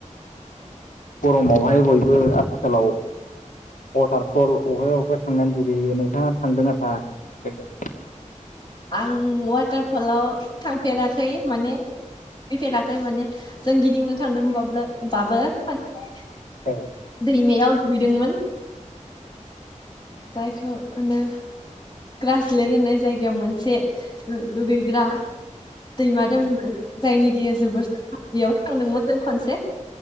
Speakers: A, on the left; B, on the left.
A: गरमावहाय बयबो आथिखालाव वाटारफल अहायबा अहायबा थांनानै लुगैहैयो नोंथांङा थांदोंना थांङाखै
B: आं वाटारफलाव थांफेराखै माने सै फेराखै माने जों गिदिंनो थांदोंमोनबाब्लो बाबो खोनसे
A: औ
B: दैमायाव दुगैदोंमोन जायखौनो ग्रासलेण्ड होननाय जायगायाव मोन से दुगैग्रा दैमा दंमोन जायनि दैया जोबोर साफा बेयाव थांदोंमोन जों खनसे